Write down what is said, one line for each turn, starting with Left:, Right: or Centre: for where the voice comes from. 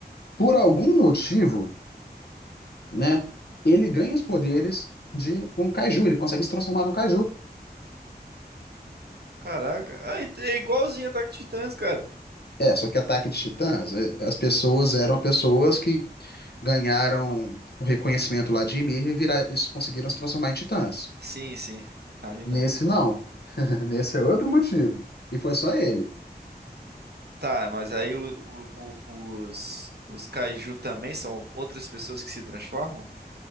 Left: Por algum motivo, né, ele ganha os poderes de um caju, ele consegue se transformar num caju.
Right: Caraca, ah, e- é igualzinho Ataque de Titãs, cara.
Left: É, só que Ataque de Titãs, eh, as pessoas eram pessoas que ganharam o reconhecimento lá de Ymir e vira- isso conseguiram se transformar em titãs.
Right: Sim, sim, ali
Left: Nesse
Right: não.
Left: não. <laughs> Nesse é outro motivo. E foi só ele.
Right: Tá, mas aí o- o- o- os, os Kaiju também são outras pessoas que se transformam?